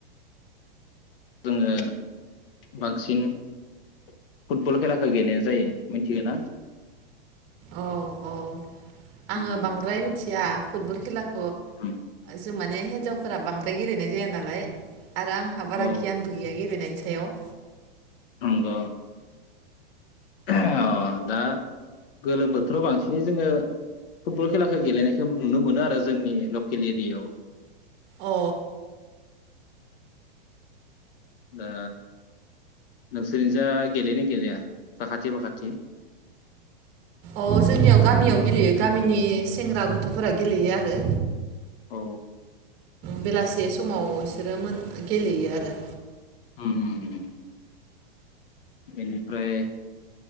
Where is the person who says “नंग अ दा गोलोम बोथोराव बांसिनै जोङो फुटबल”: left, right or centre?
Left